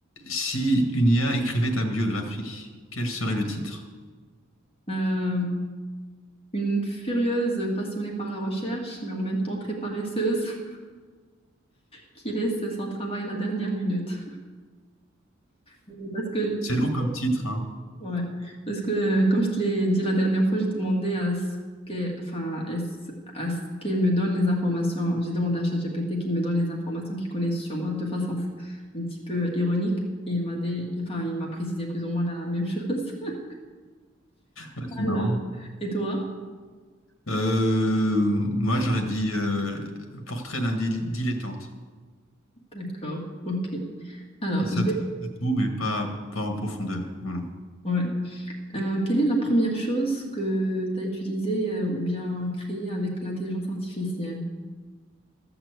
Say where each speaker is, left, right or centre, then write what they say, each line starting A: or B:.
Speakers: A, on the left; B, on the left.
A: si une IA écrivait ta biographie, quel serait le titre?
B: Euh, une furieuse passionnée par la recherche, mais en même temps très paresseuse, <laughs> qui laisse son travail à la dernière minute. <laughs> Parce que
A: C'est
B: tout
A: long comme titre, hein.
B: Ouais, parce que comme je te l'ai dit la dernière fois, j'ai demandé à ce qu'elle, enfin, à ce à ce qu'elle me donne les informations. J'ai demandé à ChatGPT qu'il me donne les informations qu'il connaît sur moi de façon un petit peu ironique. Et il m'a dit, enfin, il m'a précisé plus ou moins la même chose. <laughs>
A: Ouais, c'est
B: Alors.
A: marrant.
B: Et toi?
A: Euh, moi, j'aurais dit euh, portrait d'un dil- dilettante.
B: D'accord, ok. Alors,
A: Il s'intéresse
B: je vais-
A: à tout, mais pas, pas en profondeur. Voilà.
B: ouais. Euh, quelle est la première chose que tu as utilisée euh, ou bien créée avec l'intelligence artificielle?